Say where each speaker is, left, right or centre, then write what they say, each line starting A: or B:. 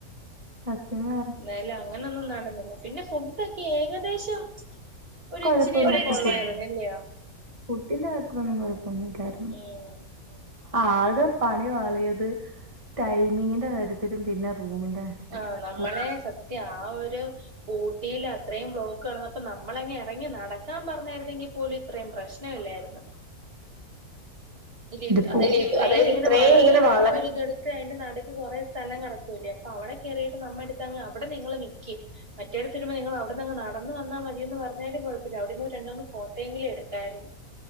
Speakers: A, on the right (about 20°); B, on the right (about 40°).
A: സത്യം മ
B: എന്തായാലും അങ്ങനൊന്നും നടന്നില്ല പിന്നെ ഫുഡൊക്കെ ഏകദേശം ഒരിച്ചിരിക്കെ
A: കൊഴപ്പമില്ലാത്ത
B: കൊള്ളായിരുന്നല്ലയോ
A: ഇച്ചിരി ഫുഡ് ഫുഡിന്റെ കത്ത്ന്നും കുഴപ്പൊന്നുംല്ലാരുന്നു
B: ഉം
A: ആകെ പണി വാളിയത് ടൈമിങ്ങിന്റെ കാര്യത്തിലും പിന്നെ റൂമിന്റെ കാര്യത്തിലും
B: ആ നമ്മളെ സത്യ ആ ഒരു ഊട്ടിയിൽ അത്രയും ബ്ലോക്ക് കടന്നപ്പ നമ്മളങ്ങ ഇറങ്ങി നടക്കാൻ പറഞ്ഞായിരുന്നെങ്കിൽ പോലും ഇത്രയും പ്രശ്ന ഇല്ലായിരുന്നു ഇല്ല
A: ഇതിപ്പോ
B: ഇത് അതായത് ഇത്രയും
A: അതായത്
B: ഇങ്ങനെ
A: ഇത്രയും
B: വളഞ്ഞ്
A: ഇങ്ങനെ
B: നടക്കുന്നൊ
A: വള
B: ഒരിതടുത്ത് അതിന്റെ നടുക്ക് കൊറെ സ്ഥലം കിടക്കൂല്ലേ അപ്പൊ അവിടെ കയറിയിട്ട് നമ്മ എടുത്ത്ങ്ങ് അവ്ടെ നിങ്ങള് നിൽക്കു മറ്റേടുതുമ്പോ നിങ്ങ അവിടെന്നങ് നട ഒന്ന് വന്നാ മതിയന്ന് പറഞ്ഞാലും കുഴപ്പില്ല അവിടന്ന് രണ്ട് മൂന്ന് ഫോട്ടോ ങ്കിലും എടുക്കായിരുന്നു